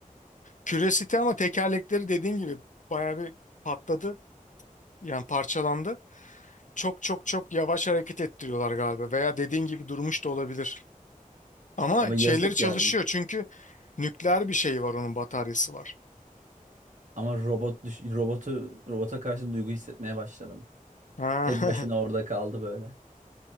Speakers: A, on the left; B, on the right.
A: Curiosity ama tekerlekleri dediğin gibi baya bir patladı. Yani parçalandı. Çok çok çok yavaş hareket ettiriyorlar galiba veya dediğin gibi durmuş da olabilir. Ama
B: Ya ama yazık
A: şeyleri çalışıyor
B: ya.
A: çünkü nükleer bir şey var onun bataryası var.
B: Ama robot düş robotu robota karşı duygu hissetmeye başladım.
A: Ha.
B: Tek
A: <laughs>
B: başına orada kaldı böyle.